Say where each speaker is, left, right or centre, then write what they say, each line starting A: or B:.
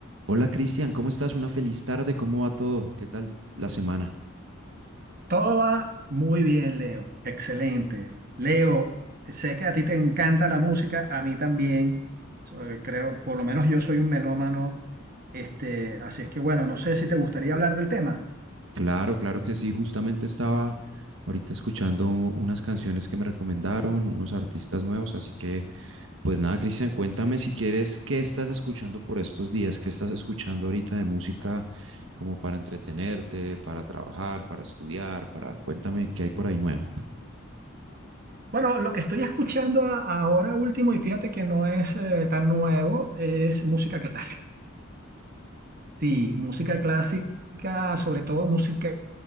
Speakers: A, on the right (about 70°); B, on the right (about 45°).
A: Hola Cristian, ¿cómo estás? Una feliz tarde, ¿cómo va todo? ¿Qué tal la semana?
B: Todo va muy bien, Leo. Excelente. Leo, sé que a ti te encanta la música, a mí también. So, eh, Creo, por lo menos yo soy un melómano. Este, así es que bueno, no sé si te gustaría hablar del tema.
A: Claro, claro que sí, justamente estaba ahorita escuchando u- unas canciones que me recomendaron, unos artistas nuevos, así que pues nada, Cristian, cuéntame si quieres, ¿qué estás escuchando por estos días? ¿Qué estás escuchando ahorita de música como para entretenerte, para trabajar, para estudiar, para... Cuéntame qué hay por ahí nuevo.
B: Bueno, lo que estoy escuchando a- ahora último, y fíjate que no es eh, tan nuevo, es música clásica. Sí, música clásica, sobre todo música